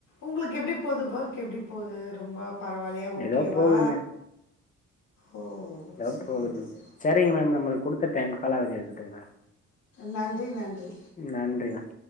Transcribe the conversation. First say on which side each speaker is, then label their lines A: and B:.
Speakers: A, on the left; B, on the left.
A: உங்ளுக் எப்டி போது ஒர்க் எப்டி போது ரொம்ப பரவாயில் தயா ஓகேவா
B: ஏதோ போகுது
A: ஓ
B: எதோ
A: சரி
B: போது மேம்
A: சரி
B: சேரிங் மேம் நம்ளுக்கு குடுத்த டைம் காலாவதி ஆகிவிட்டது மேம்
A: நன்றி நன்றி
B: நன்றி மேம்